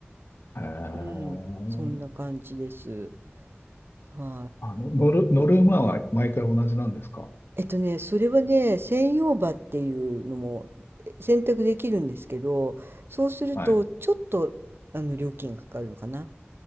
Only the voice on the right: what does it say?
うん、そんな感じです。はい。
えっとね、それはね、専用馬っていうのもえ選択できるんですけど、そうするとちょっとあの料金がかかるのかな。